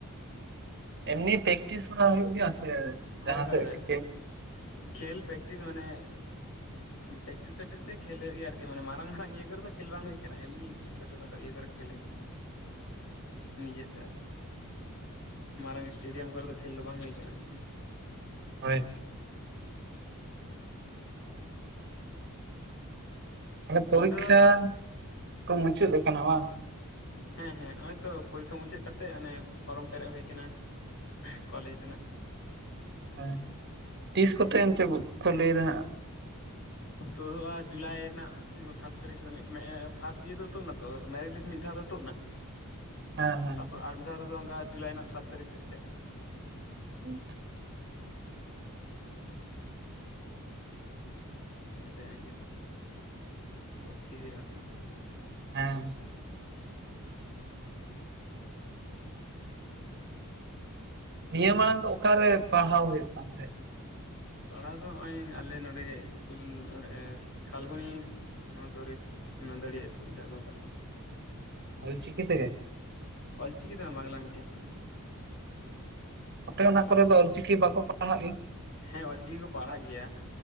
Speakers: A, on the right; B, on the left.
A: ᱮᱢᱱᱤ ᱯᱮᱠᱴᱤᱥ ᱠᱚᱨᱟ ᱦᱩ. ᱭᱩᱜ ᱜᱮᱭᱟ᱾ ᱥᱮ
B: ᱦᱳᱭ
A: ᱡᱟᱦᱟᱸ
B: ᱦᱳᱭ
A: ᱥᱮᱫ ᱠᱷᱮᱞ
B: ᱦᱳᱭ
A: ᱦᱮᱸ
B: ᱠᱷᱮᱞ ᱯᱨᱮᱠᱴᱤᱥ ᱢᱟᱱᱮ ᱯᱮᱠᱴᱤᱥ ᱯᱮᱠᱴᱤᱥ ᱛᱮ ᱠᱷᱮᱞ ᱦᱩᱭᱩᱜᱮᱭᱟ ᱟᱨᱠᱤ ᱢᱟᱱᱮ ᱢᱟᱨᱟᱝ ᱢᱟᱨᱟᱝ ᱤᱭᱟᱹ ᱠᱚᱨᱮᱫᱚ ᱠᱷᱮᱞ ᱵᱟᱝ ᱦᱩᱭ ᱠᱟᱱᱟ ᱮᱢᱱᱤ ᱪᱷᱴ ᱠᱷᱟᱴᱳ ᱤᱭᱟᱹ ᱠᱚᱨᱮ ᱠᱷᱮᱞ ᱦᱩᱭᱩᱠᱟᱱᱟ᱾ ᱱᱤᱡᱮᱛᱮ ᱟᱨᱠᱤ ᱢᱟᱨᱟᱝ ᱥᱴᱮᱰᱤᱭᱟᱢ ᱠᱚᱨᱮ ᱫᱚ ᱠᱷᱮᱞ ᱫᱚ ᱵᱟᱝ ᱦᱩᱭ ᱠᱟᱱᱟ ᱮᱠᱷᱚᱱ᱾
A: <unintelligible> ᱛᱟᱦᱞᱮ ᱯᱚᱨᱤᱠᱷᱟ
B: ᱚᱸᱰᱮ ᱫᱚ
A: ᱠᱚ ᱢᱩᱪᱟᱹᱫ ᱟᱠᱟᱱᱟ ᱵᱟᱝ?
B: ᱦᱮᱸ ᱦᱮᱸ ᱱᱚᱜ ᱛᱚ ᱯᱚᱨᱤᱠᱠᱷᱟ ᱢᱩᱪᱟᱹᱫ ᱠᱟᱛᱮᱜ ᱚᱱᱮ ᱯᱷᱚᱨᱚᱢ ᱯᱮᱨᱮᱡ ᱦᱩᱭ ᱠᱟᱱᱟ ᱠᱚᱞᱮᱡᱽ ᱨᱮᱱᱟᱜ᱾
A: ᱦ ᱛᱤᱥ ᱠᱚᱛᱮ ᱮᱱᱛᱮ ᱠᱚ ᱞᱟᱹᱭ ᱫᱟ ᱦᱟᱸᱜ?
B: ᱛᱳᱫᱚᱜᱼᱟ ᱡᱩᱞᱟᱭ ᱨᱮᱱᱟᱜ ᱥᱟᱛ ᱛᱟᱹᱨᱤᱠᱷ ᱥᱮᱫ ᱯᱷᱟᱥᱴ ᱤᱭᱟᱨ ᱫᱚ ᱛᱩᱫ ᱮᱱᱟᱛᱚ ᱢᱮᱨᱤᱴᱤᱥ ᱢᱤᱫ ᱫᱷᱟᱣ ᱫᱚ ᱛᱩᱫ ᱮᱱᱟ᱾
A: ᱦᱮᱸ
B: ᱛᱟᱯᱚᱨ ᱟᱨ ᱢᱤᱫ ᱫᱷᱟᱣ ᱛᱮᱫᱚ ᱚᱱᱠᱟ ᱡᱩᱞᱟᱭ ᱨᱮᱱᱟᱜ ᱥᱟᱛ ᱛᱟᱹᱨᱤᱠᱷ ᱥᱮᱫ ᱛᱮ᱾
A: <unintelligible>
B: ᱧᱮᱞᱮ ᱮᱱᱮᱡ ᱠᱟᱛᱮᱜᱤ ᱵᱷᱚᱨᱛᱤ ᱦᱩᱭᱩᱜ ᱟᱛᱚ᱾
A: ᱦᱮᱸ ᱾ ᱱᱤᱭᱟᱹ ᱢᱟᱲᱟᱝ ᱫᱚ ᱚᱠᱟᱨᱮ ᱯᱟᱲᱦᱟᱣ ᱦᱩᱭᱩᱜ ᱠᱟᱱ ᱛᱟᱦᱮᱸᱫ?
B: ᱯᱟᱲᱦᱟᱣ ᱫᱚ ᱱᱚᱜᱼᱚᱭ ᱟᱞᱮ ᱱᱚᱸᱰᱮ ᱜᱮ ᱤᱥᱠᱩᱞ ᱱᱚᱸᱰᱮ ᱥᱟᱞᱵᱚᱱᱤ᱾ ᱥᱚᱨᱤ ᱱᱟᱫᱟᱹᱲᱤᱭᱟ ᱥᱠᱩᱞ ᱡᱟᱦᱟᱸ ᱠᱚ ᱢᱮᱛᱟᱜ ᱠᱟᱱ᱾
A: ᱚᱞ ᱪᱤᱠᱤ ᱛᱮ ᱜᱮ?
B: ᱚᱞᱪᱤᱠᱤ ᱫᱚ ᱵᱟᱝ ᱵᱟᱝᱞᱟ ᱢᱤᱰᱤᱭᱟᱢ᱾
A: ᱟᱯᱮ ᱚᱱᱟ
B: ᱢᱟᱱᱮ
A: ᱠᱚᱨᱮ ᱫᱚ ᱚᱞᱪᱤᱠᱤ ᱵᱟᱠᱚ ᱯᱟᱲᱦᱟᱜ ᱜᱮ?
B: ᱦᱮᱸ ᱚᱞᱪᱤᱠᱤ ᱠᱚ ᱯᱟᱲᱦᱟᱜ ᱜᱮᱭᱟ